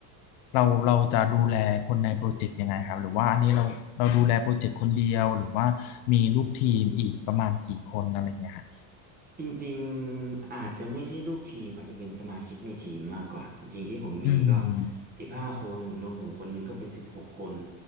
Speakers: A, on the left (about 70°); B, on the right (about 20°).
A: เราเราจะดูแลคนในโปรเจกต์ยังไงครับ หรือว่าอันนี้เราเราดูแลโปรเจกต์คนเดียว หรือว่ามีลูกทีมอีกประมาณกี่คนอะไรเงี้ยฮะ
B: จริงๆ อาจจะไม่ใช่ลูกทีมอาจจะเป็นสมาชิกในทีมมากกว่า จริงๆที่ผมมีก็
A: อืม
B: สิบห้าคนรวมผมคนหนึ่งก็เป็นสิบหกคน